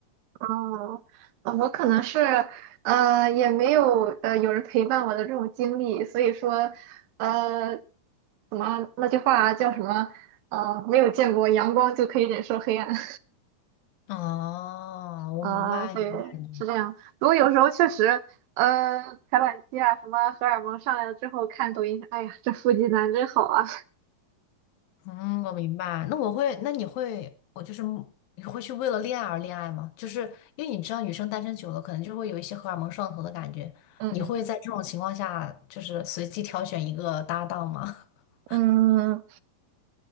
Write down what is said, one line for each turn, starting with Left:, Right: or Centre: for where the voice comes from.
Right: 哦，呃我可能是呃也没有呃有人陪伴我的这种经历，所以说呃怎么那句话叫什么呃没有见过阳光就可以忍受黑暗 <laughs>
Left: 哦，我明白你的感
Right: 啊、对，是这样。不过有时候确实呃排卵期啊什么荷尔蒙上来了之后看抖音，哎呀这腹肌男真好啊，
Left: 嗯，我明白。那我会，那你会，我就是你会去为了恋爱而恋爱吗？就是因为你知道女生单身久了，可能就会有一些荷尔蒙上头的感觉。
Right: <laughs> 嗯
Left: 你会在这种情况下，就是随机挑选一个搭档吗？<laughs>
Right: 嗯，